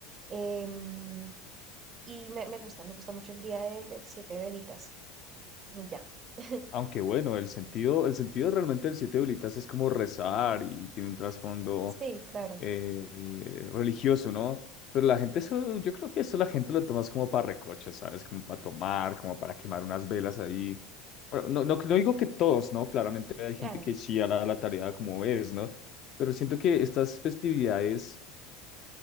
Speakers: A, on the right (about 35°); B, on the left (about 50°).
A: Em, y me, me gusta, me gusta mucho el día del, del siete velitas. Y ya. <laughs>
B: Aunque bueno, el sentido, el sentido realmente del siete velitas es como rezar y tiene un trasfondo
A: Sí, claro,
B: eh, eh, religioso, ¿no? Pero la gente eso, yo creo que eso la gente lo toma es como para recocha, ¿sabes? Como para tomar, como para quemar unas velas ahí. Bueno, no, no, no digo que todos, ¿no? Claramente hay gente
A: claro.
B: que sí hará la tarea como es, ¿no? Pero siento que estas festividades